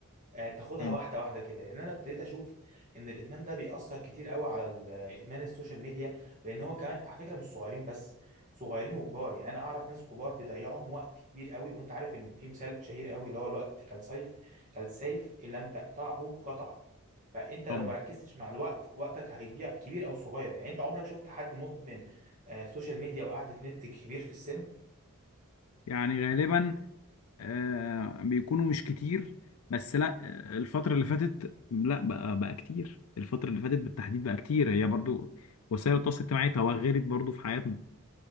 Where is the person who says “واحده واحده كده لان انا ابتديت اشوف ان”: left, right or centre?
Right